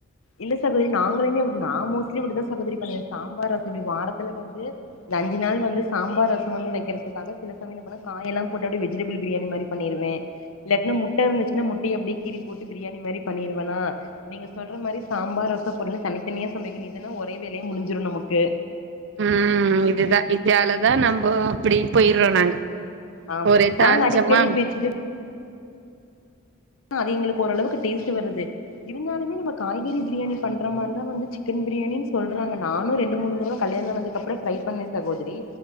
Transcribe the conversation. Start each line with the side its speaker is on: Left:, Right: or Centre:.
Left: இல்ல சகோதரி நாங்களுமே நா மோஸ்ட்லி இப்டிதா ச சகோதரி பண்ணுவே சாம்பார் ரெசிபி வாரத் துல வந்து இந்த அஞ்சு நாள் வந்து சாம்பார் ரச வந்து வக்கிறத்துக்காக சில சமய என்ன பண்ணுவே காயெல்லா போட்டு அப்டியே வெஜிடபிள் பிரியாணி மாரி பண்ணிருவே இல்லாட்டினா முட்ட இருந்துச்சுனா முட் டய அப்டியே கீறி போட்டு பிரியாணி மாரி பண்ணிருவேனா நீங்க சொல்ற மாரி சாம்பார் ரசப் பொரியல்னு தனித்தனியா சமைக்கனு இதுனா ஒரே வேலை முடிஞ்சிரு நமக்கு
Right: உம் இதுதா இதாலதா நம்ப அப்டி போய்றோ நாங்க
Left: ஆமா
Right: ஒரே தாளிச்சமா
Left: நாங்க அடிக்கடி பேச்சுட்டு ஆ அது எங்களுக்கு ஓரளவுக்கு டேஸ்ட்டு வருது இருந்தாலுமே நம்ம காய்கறி பிரியாணி பண்ற மாரிதா வந்து சிக்கன் பிரியாணின் சொல்றாங்க நானு ரெண்டு மூணு தடவ கல்யாண ஆனதுக்கு அப்ற ட்ரை பண்ணே சகோதரி